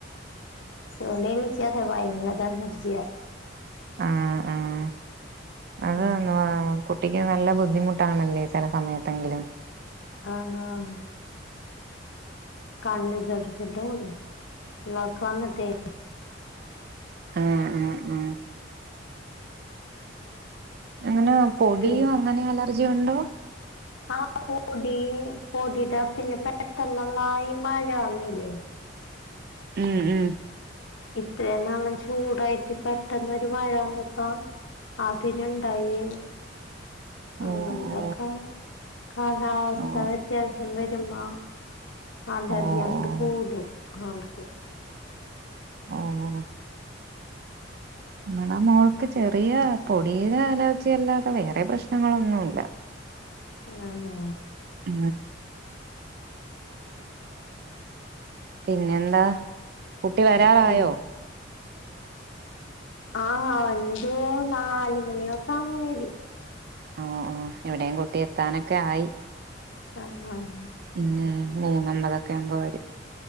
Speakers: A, on the left; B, on the right.
A: എവടെ നിക്കാംവൈന്നാരം അലർജി
B: ആഹ് ആഹ്
A: <unintelligible>
B: അത് ന- കുട്ടിക്ക് നല്ല ബുദ്ധിമുട്ട് അണ് ലെ ചില സമയത്തെങ്കലും
A: ആഹഹ കണ്ണ് ചതിച്ചിട്ട് ഉള്ളു ഉമ്മാക്ക് വന്നിടെ
B: ഹ ഹ ഹ അങ്ങനെ പോടിയോ
A: പിൻ
B: അങ്ങനെ അലർ ഇജ് ഉണ്ടോ
A: ആ പൊടിപൊടി ടെ പിന്നെ പയ്തണം വായ് മഴനിലെ
B: മ് മ്
A: ഇത്രയും നാളും ചൂടായിട്ട് പെട്ടെന്ന് ഒരു മഴ വന്നപ്പം ആഗ്രഹമുണ്ടായി- അങ്ങനെ
B: ഓ ഓ
A: തക്കം കാലാവസ്ഥാവ്യത്യാസം
B: ഓ
A: വരും എന്നാ അതെ
B: ഓ
A: അതെ അങ്ങട്
B: ഓ
A: കൂടും ആൾക്ക് -
B: ഓം ഓ നമ്മുടെ മോൾക്ക് ചെറിയ പൊടിയുടെ അലർജിയല്ലാതെ വേറെ പ്രശ്നങ്ങൾ ഒന്നുമില്ല
A: ആന്നോ
B: ആ പിന്നെന്താ കുട്ടി വരാറായോ
A: ഉം ആ അഞ്ചു നാലുമണിയൊക്കെ ആകുമ്പോൾ വരും
B: ആആ ഇവിടെയും കുട്ടി എത്താറക്കെ ആയി-
A: ആഹ് ആ ഹ്
B: പിന്നെ മൂന്നാമ്പൊക്കെയാവുമ്പം വരും